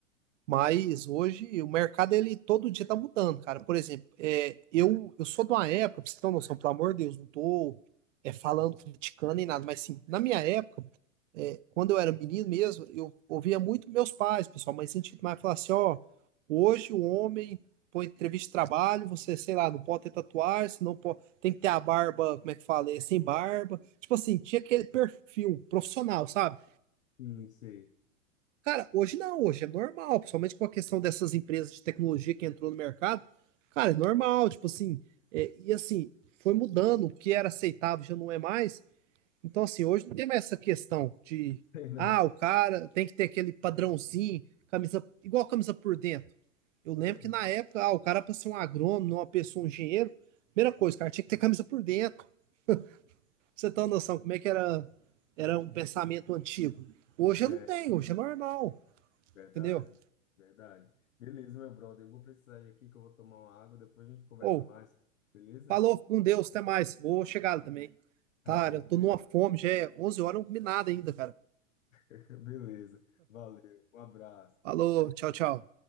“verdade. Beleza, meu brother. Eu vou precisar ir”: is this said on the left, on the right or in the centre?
Left